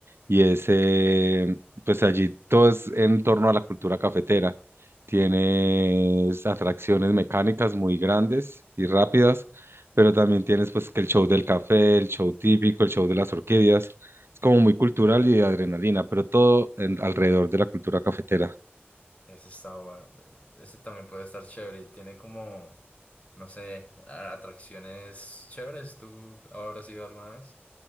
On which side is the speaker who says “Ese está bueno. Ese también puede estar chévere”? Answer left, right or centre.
Left